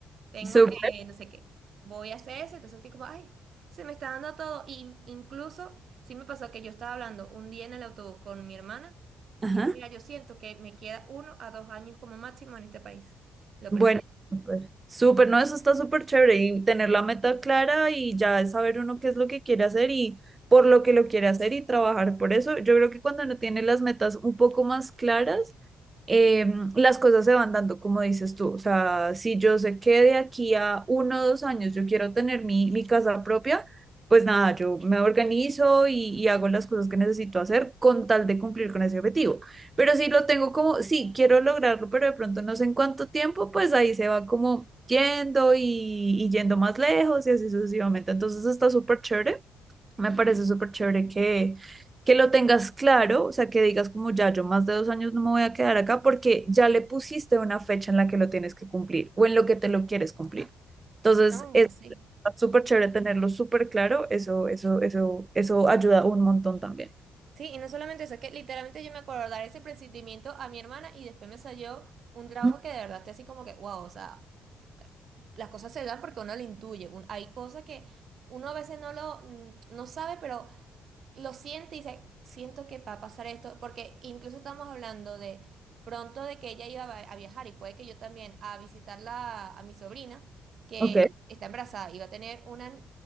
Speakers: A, on the right (about 60°); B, on the right (about 25°).
A: tengo
B: súper.
A: eh, no sé qué, voy a hacer eso, entonces estoy como, ay, se me está dando todo, y incluso sí me pasó que yo estaba hablando un día en el autobús con mi hermana,
B: ajá.
A: y le dije, mira, yo siento que me queda uno a dos años como máximo en este país, lo
B: Bueno,
A: presiento.
B: súper. Súper, no, eso está súper chévere y tener la meta clara y ya saber uno qué es lo que quiere hacer y por lo que lo quiere hacer y trabajar por eso. Yo creo que cuando no tiene las metas un poco más claras, em, las cosas se van dando como dices tú. O sea, si yo sé que de aquí a uno o dos años yo quiero tener mi, mi casa propia, pues nada, yo me organizo y, y hago las cosas que necesito hacer con tal de cumplir con ese objetivo. Pero si lo tengo como, sí, quiero lograrlo, pero de pronto no sé en cuánto tiempo, pues ahí se va como yendo y, y yendo más lejos y así sucesivamente. Entonces está súper chévere me parece súper chévere que, que lo tengas claro, o sea, que digas como ya yo más de dos años no me voy a quedar acá porque ya le pusiste una fecha en la que lo tienes que cumplir o en lo que te lo quieres cumplir. Entonces,
A: No,
B: es
A: sí.
B: súper chévere tenerlo súper claro, eso, eso, eso, eso ayuda un montón también.
A: Sí, y no solamente eso, es que literalmente yo me acuerdo dar ese procedimiento a mi hermana y después me salió un trabajo
B: Ujú.
A: que de verdad estoy así como que, wow, o sea, las cosas se dan porque uno lo intuye. Un- hay cosas que uno a veces no lo, mm, no sabe, pero lo siente y dice, siento que va a pasar esto, porque incluso estamos hablando de pronto de que ella iba a a viajar y puede que yo también a visitarla a mi sobrina, que
B: Ok,
A: está embarazada, y va a tener una,